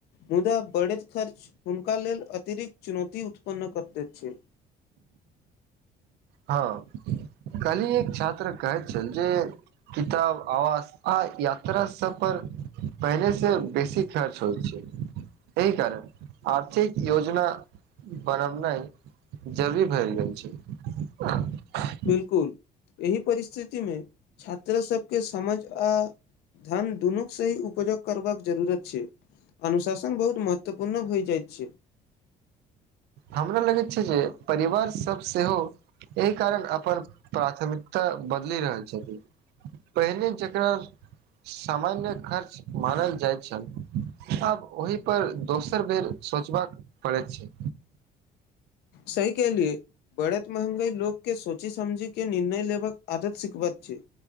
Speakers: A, on the left; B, on the right.
A: मुदा बढ़ैत खर्च हुनका लेल अतिरिक्त चुनौती उत्पन्न करैत अछि
B: हँ कहली एक छात्र कहैत छल जे किताब आवास‌ आ यात्रा सफर पहिनेेसँ बेसी खर्च होइ छै एहि कारण आर्थिक योजना बनबनाइ जरूरी भैर गेल छै उ
A: बिलकुल एहि परिस्थितिमे छात्रा सबके समझ आ धन दुनूके सही उपजग करबाक जरूरत छै अनुशासन बहुत महत्वपूर्ण होइ जाइत छै
B: हमरा लगैत छै जे परिवार सभ सेहो एहि कारण अपन प्राथमिकता बदलि रहल छथिन पहिने जकरा सामान्य खर्च मानल जाइत छल आब ओहि पर दोसर बेर सोचबाक पड़ैत छै
A: सही कहलीये बढैत महंगाई लोग के सोचै समझी के निर्णय लेबाक आदत सिखबत छै